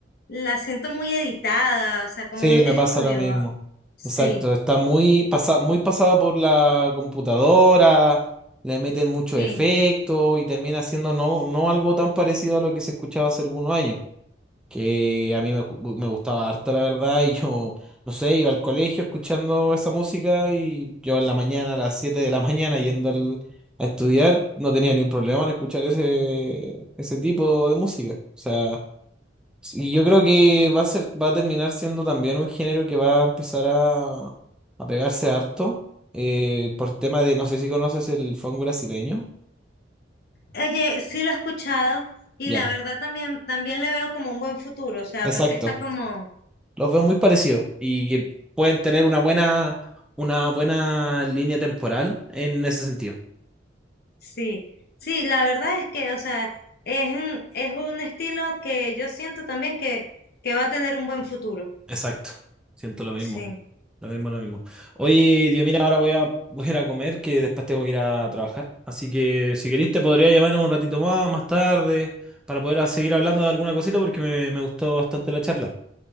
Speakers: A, on the left; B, in the centre.
A: La siento muy editada, o sea, como
B: Sí,
A: muy
B: me
A: de estudio.
B: pasa lo mismo.
A: ah, Sí,
B: Exacto, está muy, pasa, muy pasado por la computadora, le meten mucho
A: sí.
B: efecto y termina siendo no, no algo tan parecido a lo que se escuchaba hace algunos años, que a mí me, gu- me gustaba harto, la verdad, y yo, no sé, iba al colegio escuchando esa música y yo en la mañana, a las 7 de la <laughs> mañana, yendo al- a estudiar, no tenía ningún problema en escuchar ese, ese tipo de música. O sea... Y yo creo que va a ser, va a terminar siendo también un género que va a empezar a, a pegarse harto eh, por tema de, no sé si conoces el funk brasileño.
A: Oye, sí lo he escuchado y
B: Ya,
A: la verdad también, también le veo como un buen futuro, o sea,
B: exacto.
A: veo que está como,
B: Los veo muy parecidos y que pueden tener una buena, una buena línea temporal en ese sentido.
A: sí, sí, la verdad es que, o sea, es un, es un estilo que yo siento también que, que va a tener un buen futuro.
B: Exacto, siento lo mismo.
A: Sí,
B: Lo mismo, lo mismo. Oye, Dios, mira, ahora voy a, voy a ir a comer, que después tengo que ir a trabajar. Así que si querés te podría llamar un ratito más, más tarde, para poder seguir hablando de alguna cosita, porque me, me gustó bastante la charla.